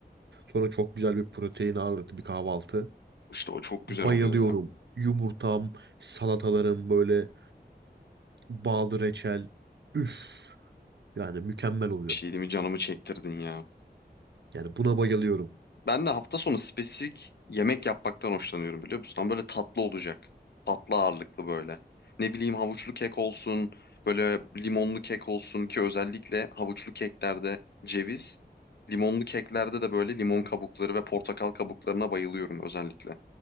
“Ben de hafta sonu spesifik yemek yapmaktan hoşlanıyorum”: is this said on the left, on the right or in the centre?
Left